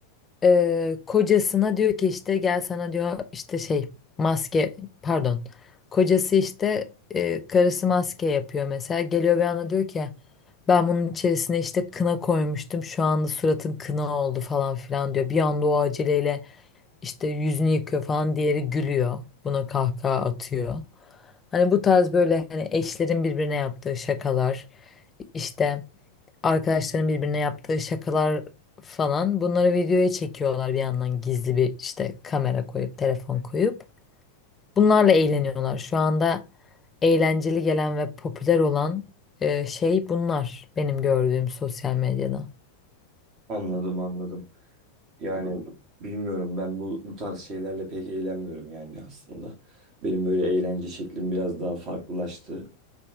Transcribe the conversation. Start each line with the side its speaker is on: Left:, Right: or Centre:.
Left: E, kocasına diyor ki işte gel sana diyor işte şey maske pardon. Kocası işte e, karısı maske yapıyor mesela. Geliyor bir anda diyor ki Ben bunun içerisine işte kına koymuştum. Şu anda suratın kına oldu falan filan diyor. Bir anda o aceleyle işte yüzünü yıkıyor falan. Diğeri gülüyor. Buna kahkaha atıyor. Hani bu tarz böyle hani eşlerin birbirine yaptığı şakalar, işte arkadaşların birbirine yaptığı şakalar falan bunları videoya çekiyorlar bir yandan gizli bir işte kamera koyup telefon koyup. Bunlarla eğleniyorlar. Şu anda eğlenceli gelen ve popüler olan e, şey bunlar benim gördüğüm sosyal medyada.
Right: Anladım anladım. Yani bilmiyorum ben bu, bu tarz şeylerle pek eğlenmiyorum yani aslında. Benim böyle eğlence şeklim biraz daha farklılaştı.